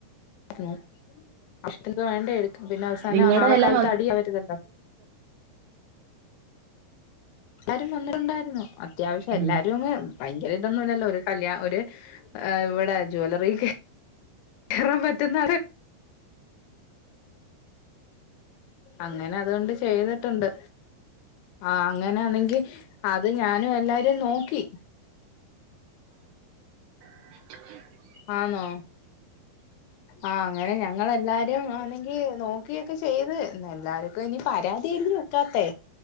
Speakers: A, on the left; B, on the right.
A: ന്നു അഷ്‌ത്തിന് വേണ്ടേ എടുക്കാൻ പിന്നെ അവസാനം
B: നിങ്ങളുടെ
A: നാളെ
B: എല്ലാം
A: കാലത്ത്
B: വ
A: അടിയാവര്തല്ലോ രും വന്നിരുന്നായ്രുന്നു അത്യാവശ്യം
B: ഉം
A: എല്ലാരോന്ന്
B: ഉം
A: ഭയ്ങ്കരെ <unintelligible> ല്ലല്ലോ ഒരു കല്യാ ഒര് വടെ ജ്വലറീക്ക് കേറാൻ പറ്റുന്ന അങ്ങനെ അതുകൊണ്ട് ചെയ്തിട്ടുണ്ട് ആ അങ്ങനെയാണെങ്കി അത് ഞാൻ ന് എല്ലാരിം നോക്കി
B: <unintelligible>
A: ആന്നോ ആ അങ്ങനെ ഞങ്ങളെല്ലാരും ആണെങ്കി നോക്കിയൊക്കെ ചെയ്ത് എല്ലാര്ക്കുനി പരാതിയീര്ന്ന് നിക്കാതെ